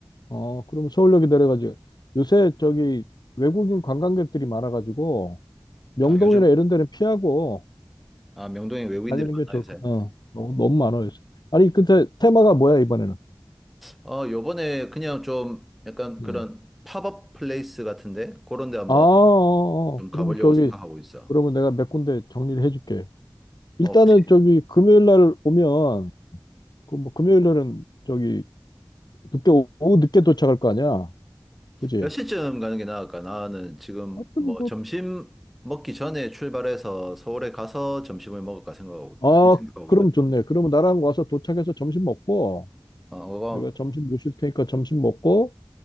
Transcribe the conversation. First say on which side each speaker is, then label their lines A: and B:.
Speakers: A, on the left; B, in the centre.
A: 어, 그럼 서울역에 내려가지. 요새 저기 외국인 관광객들이 많아가지고 명동이나
B: 아 요즘
A: 이런 데는 피하고
B: 아 명동에 외국인들이
A: 다니는 게
B: 많아
A: 좋을
B: 요새.
A: 거. 어, 너무, 너무 많아 요새. 아니 근데 테마가 뭐야 이번에는?
B: 어 요번에 그냥 좀 약간 그런
A: 음.
B: 팝업 플레이스 같은데 그런 데 한번
A: 아, 어, 어.
B: 좀
A: 어.
B: 가보려고
A: 그럼 저기
B: 생각하고 있어.
A: 그러면 내가 몇 군데 정리를 해줄게. 일단은
B: 어, 혹시
A: 저기 금요일 날 오면 그 뭐 금요일 날은 저기 늦게 오- 오후 늦게 도착할 거 아니야, 그지?
B: 몇 시쯤 가는 게 나을까? 나는 지금
A: 하여튼
B: 뭐
A: 뭐.
B: 점심 먹기 전에 출발해서 서울에 가서 점심을 먹을까 생각하고,
A: 아,
B: 항상 생각하고
A: 그럼
B: 있거든.
A: 좋네. 그러면 나랑 와서 도착해서 점심 먹고
B: 어, 그거
A: 내가 점심 모실 테니까 점심 먹고